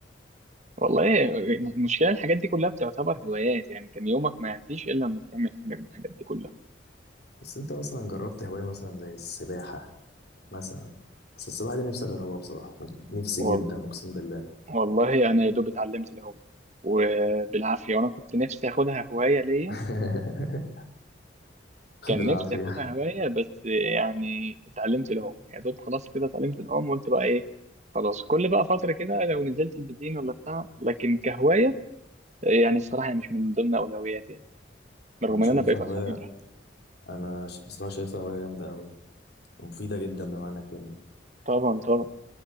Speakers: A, on the right (about 40°); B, on the left (about 60°).
A: والله المشكلة الحاجات دي كلها بتعتبر هوايات يعني كان يومك ما يعديش إلا لما تعمل حاجة من الحاجات دي كلها
B: بس انت مثلا جربت هوايه مثلا زي السباحه مثلا بس السباحه دي نفسي اجربها بصراحه نفسي
A: والله
B: جدا اقسم بالله
A: والله أنا يا دوب اتعلمت العوم وبالعافية وأنا كنت نفسي آخدها هواية ليا
B: <laughs>
A: كان
B: بالعافيه
A: نفسي آخدها هواية بس يعني اتعلمت العوم يا دوب خلاص كده اتعلمت العوم وقلت بقى إيه خلاص كل بقى فترة كده لو نزلت البسين ولا بتاع لكن كهواية يعني الصراحة هي مش من ضمن أولوياتي يعني رغم
B: انا شايفها
A: إن أنا ببقى
B: هوايه
A: حاببها
B: انا ش- بصراحه شايفها هوايه جامده قوي ومفيده جدا بمعنى الكلمه
A: طبعا طبعا